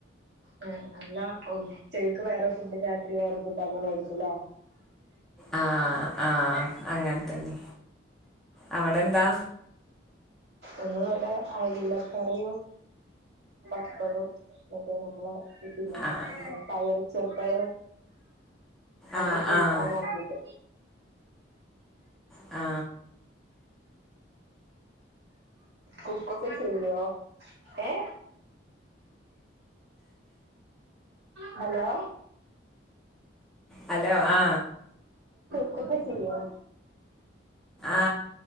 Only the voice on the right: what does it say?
ആ അല്ലഒ ഉച്ചക്ക് വേറെ ഫുഡ് രാത്രി വേറെ ഫുഡ് അങ്ങളേര്കുലേ
ഇന്ന് ഇവിടെ അയിലകറിയും പപ്പടും മറ്റേ നമ്മളേ കിട്ടില്ലേ,
പയർ ചെറുപ്പയറ് അത്
കൂട്ടനാക്കിയത്
കുക്കൊക്കെ ചെയ്യോ ഏ ഹലോ
കുക്കെ ചെയ്യോ